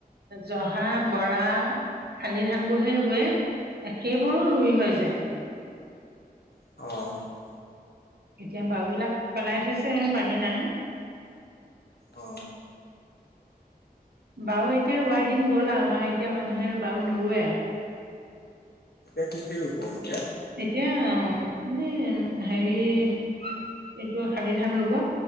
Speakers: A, on the right; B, on the left.
A: জহা, বৰা শালি, ধান বোৰহে ৰুৱে, এ সেইবোৰো ৰুই হৈ যায়।
B: অঁ।
A: এতিয়া বাউ বিলাক পেলাই থৈছে পানী নাই।
B: অ
A: <inaudible> বাও, এতিয়া ৰোৱা দিন গ'ল আও আমাৰ এতিয়া মানুহে বাও নৰুৱে
B: এতিয়া কি কি ৰুৱ কিয়া
A: এতিয়া অ' মানে হেৰি- এইটো শালিধান ৰুব,